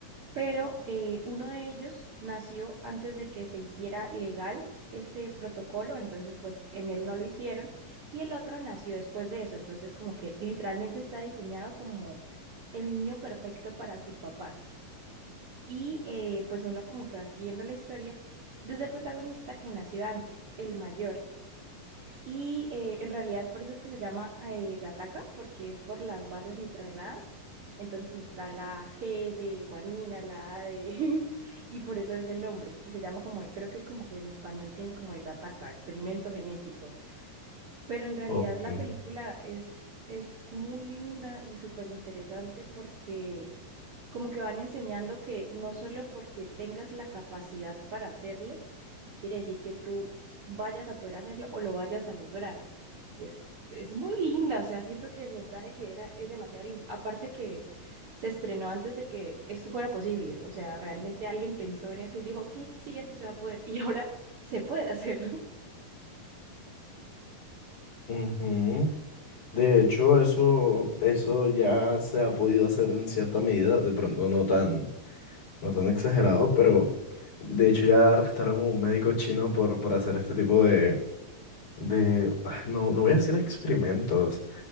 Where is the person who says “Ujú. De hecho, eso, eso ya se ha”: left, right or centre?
Left